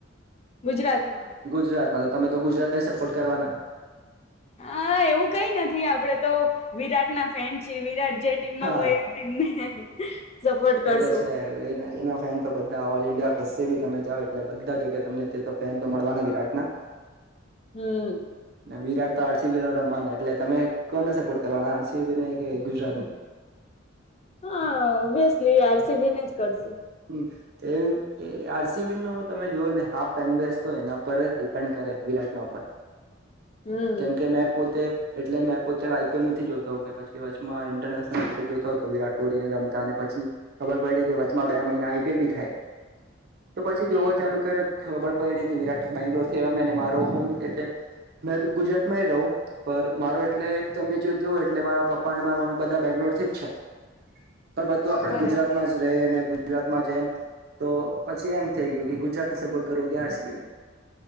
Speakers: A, on the left; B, on the right.
A: ગુજરાતમાં
B: ગુજરાતમાં તો તમે તો ગુજરાતને સપોર્ટ કરવાના
A: હા એવું કઈ નથી આપડે તો વિરાટ ના ફેન છીએ વિરાટ જે ટીમમાં
B: હા
A: હોય એ ટીમને સપોર્ટ કરશું
B: એ તો છે એ એના ફેન તો બધા ઓલ ઇન્ડિયા કશે બી તમે જાઓ એટલે બધા જગ્યા તમને તે તો ફેન તો મળવાના વિરાટના
A: હમ
B: વિરાટ તો આરસીબી ન રમવાના એટલે તમે કોને કરવા આરસીબી કે ગુજરાતને
A: હા ઓબ્વિયસલી આરસીબી ને જ કરશું
B: ને એ આરસીબી નો તમે જો ને હાફ ફેન બેસ્ટ તો એના પર ડિપેન્ડ કરે વિરાટના ઉપર
A: હમ
B: કેમ કે મેં પોતે એટલે મેં પોતે આઈપીએલ નથી જોતો પછી વચમાં ઇન્ટરનેશલ ક્રિકેટ જોતો હતો વિરાટ કોહલીને રમતા અને પછી ખબર પડી કે વચમાં બે મહિના આઈપીએલ બી થાય તો પછી
A: હમ
B: જોવા ચાલુ કરયું ખબર પડી કે વિરાટ બેંગ્લોર મારો હોમ એટલે મેં ગુજરાત માં રહું પણ મારો એટલે તમે જો જો એટલે મારા પપ્પા અને મારા મમ્મી બધા બેંગ્લોર થી છે પણ બધું આપડ
A: બરાબર
B: ગુજરાતમાં જ રહેં ગુજરાતમાં જ એમ તો પછી એમ થઇ ગયું કે ગુજરાતને સપોર્ટ કરવો કે આરસીબીને